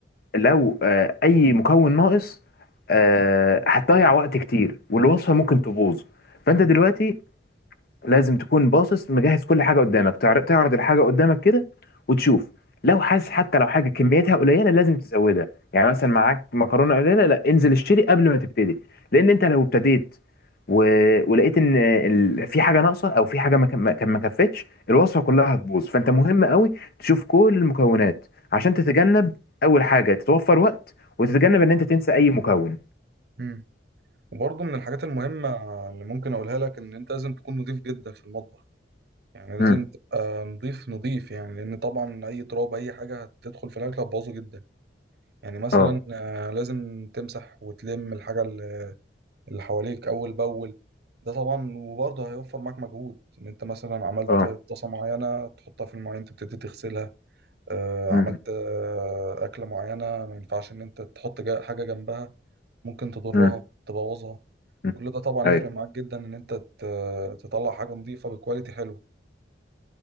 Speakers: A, on the left; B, on the right.
A: لو آه، اي مكون ناقص آه، هتضيع وقت كتير والوصفه ممكن تبوظ فانت دلوقتي
B: مم.
A: لازم تكون باصص مجهز كل حاجه قدامك تعر- تعرض الحاجه قدامك كده وتشوف لو حاسس حتى لو حاجه كميتها قليله لازم تزودها يعني مثلا معاك مكرونه قليله لا انزل اشتري قبل ما تبتدي لان انت لو ابتديت و... ولقيت ان ال... في حاجه ناقصه او في حاجه ما ك- ما ما كفتش الوصفه كلها هتبوظ فانت مهم قوي تشوف كل المكونات عشان تتجنب اول حاجه تتوفر وقت وتتجنب ان انت تنسى اي مكون
B: مم. وبرضه من الحاجات المهمة اللي ممكن أقولها لك إن أنت لازم تكون نضيف جدا في المطبخ يعني لازم
A: امم
B: تبقى نضيف نضيف يعني لأن طبعا أي تراب أي حاجة هتدخل في الأكل هتبوظه جدا يعني مثلا
A: اه
B: آه، لازم تمسح وتلم الحاجة اللي حواليك اول باول ده طبعا وبرضه هيوفر معاك مجهود ان انت مثلا عملت
A: اه
B: طاسه معينه تحطها في المواعين تبتدي تغسلها آه،
A: امم
B: عملت آه، اكله معينه ما ينفعش ان انت تحط جا- حاجه جنبها ممكن تضرها
A: امم
B: تبوظها
A: أمم.
B: كل ده طبعا
A: ايوه
B: يفرق معاك جدا ان انت ت- تطلع حاجه نظيفه بكواليتي حلو